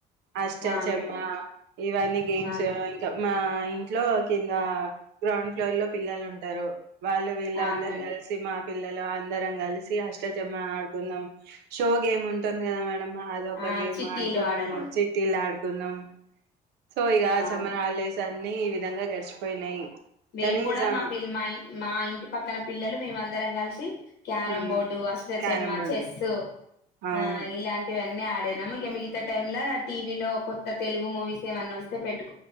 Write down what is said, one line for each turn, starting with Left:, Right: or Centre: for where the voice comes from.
Right: అష్టా
Left: ఆ
Right: చెమ్మ
Left: మేడం
Right: ఇవన్నీ గేమ్స్
Left: ఆ మేడం
Right: ఇంకా మా ఇంట్లో కింద గ్రౌండ్ ఫ్లోర్ లో పిల్లలు ఉంటారు వాళ్ళు వీళ్ళ
Left: ఆ
Right: అందరు
Left: మేడం
Right: కలిసి మా పిల్లలు అందరం కలిసి అష్టచమ్మ ఆడుకుందాం షో గేమ్ ఉంటుంది కదా మేడం అద ఒక
Left: ఆ
Right: గేమ్
Left: చిట్టీలు
Right: ఆడ్గు
Left: ఆడడం
Right: నము చ చిటీల్ ఆడ్ కున్నాం సో ఇగా
Left: అవును
Right: సమ్మర్ హాలిడేస్ న్నీ ఈ విధంగా గడిచిపోయినాయి
Left: మేము
Right: కానీ
Left: కూడా
Right: సా
Left: మా పిల్ మా మా ఇంటి పక్కన పిల్లలు మేమ అందరం కలిసి క్యారం
Right: మ్మ్
Left: బోర్డు అష్టచమ్మ
Right: క్యారం బోర్డ్
Left: చెస్సు
Right: అవును
Left: ఆ ఇలాంటి ఇవన్నీ ఆడనాము ఇక మిగతా టైమ్ లో టీవీలో కొత్త తెలుగు మూవీస్ ఏమన్నా వస్తే పెట్టుకు